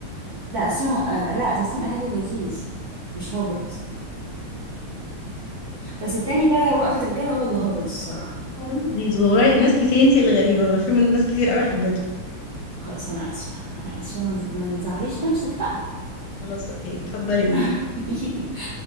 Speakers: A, on the right; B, on the left.
A: لا اسمها آه لا تسليم اهلي لذيذ مش هابط بس التاني ده وقفه رجاله هو اللي هابط الصراحه
B: والله لذيذ وراي ناس كتير انت اللي غريبة ما الفيلم ده ناس كتير قوي حبته
A: خلاص انا اسفه انا اسفه ما تز- ما تزعليش نفسك بقى
B: خلاص اوكي اتفضلي قولي
A: <laughs>